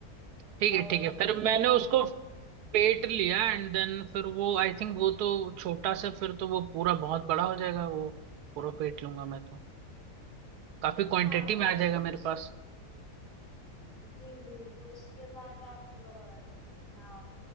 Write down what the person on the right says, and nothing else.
ठीक
है ठीक है फिर मैंने
उसको पेट लिया एंड देन फिर वो आई थिंक वो तो छोटा से फिर तो वो पूरा बहुत बड़ा हो जाएगा वो पूरा पेट लूंगा मैं तो काफी क्वांटिटी
में
आ
जाएगा मेरे पास